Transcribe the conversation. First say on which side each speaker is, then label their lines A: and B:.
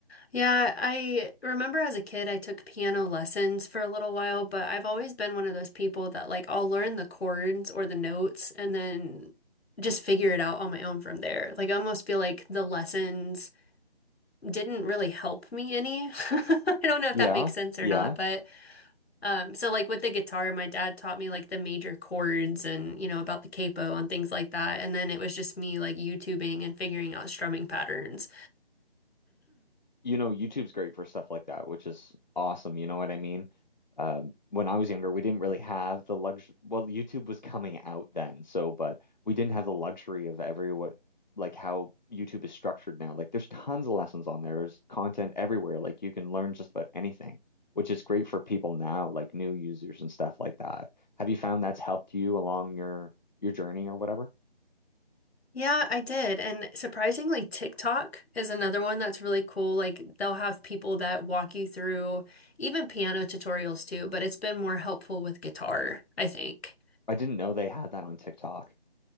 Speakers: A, on the left; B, on the left.
A: Yeah, I remember as a kid, I took piano lessons for a little while, but I've always been one of those people that like I'll learn the chords or the notes and then just figure it out on my own from there. Like I almost feel like the lessons didn't really help me any. <laughs> I don't know if
B: Yeah.
A: that makes sense or
B: Yeah.
A: not, but um so like with the guitar, my dad taught me like the major chords and you know about the capo and things like that, and then it was just me like YouTubing and figuring out strumming patterns.
B: you know, YouTube's great for stuff like that, which is awesome. You know what I mean? Um, when I was younger, we didn't really have the luxury. Well, YouTube was coming out then, so but we didn't have the luxury of every what like how YouTube is structured now. Like, there's tons of lessons on there. There's content everywhere. Like, you can learn just about anything, which is great for people now, like new users and stuff like that. Have you found that's helped you along your your journey or whatever?
A: Yeah, I did. And surprisingly, TikTok is another one that's really cool. Like they'll have people that walk you through even piano tutorials too, but it's been more helpful with guitar, I think.
B: I didn't know they had that on TikTok.